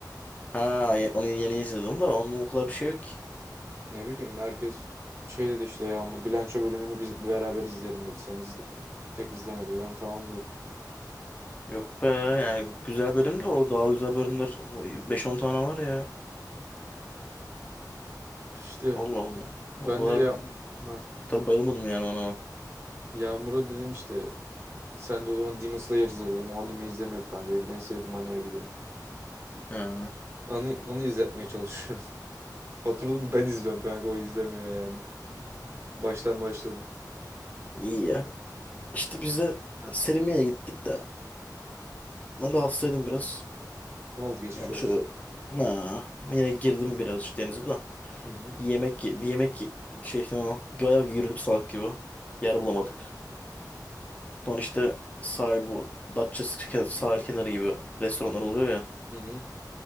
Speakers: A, on the left; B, on the right.
A: Ha ye- onu yeni izledim de onun o kadar bir şey yok ki.
B: Ne bileyim herkes şey dedi işte Yağmur bilanço bölümünü biz beraber izleyelim dedi. Sen izle- tek izleme dedi. Ben tamam dedim.
A: Yok be yani güzel bölüm de o daha güzel bölümler o 5-10 tane var ya.
B: İşte
A: Allah Allah. O
B: ben
A: kadar,
B: de ya
A: o
B: ha,
A: kadar bayılmadım yani ona. ben.
B: Yağmur'a dedim işte sen de o zaman Demon Slayer izle dedim. O anime izlemiyorduk kanka. Benim en sevdiğim anime biliyorum.
A: Ha,
B: Onu, onu izletmeye çalışıyorum. <laughs> Oturdum ben izliyorum kanka o izlemiyor yani. Baştan başladım.
A: iyi ya. İşte
B: S-
A: biz de
B: Heh.
A: Selimiye'ye gittik de ben de hastaydım biraz.
B: Ne oldu geçmiş
A: Ya bu
B: olsun.
A: şöyle ha, yine girdim birazcık denize de.
B: Hı hı.
A: Bir yemek ye- bir yemek ye- şey o. Bayağı yürüdük salak gibi. Yer bulamadık. Sonra işte sahil bu Datça sk- sahil kenarı gibi restoranlar oluyor ya.
B: Hı hı.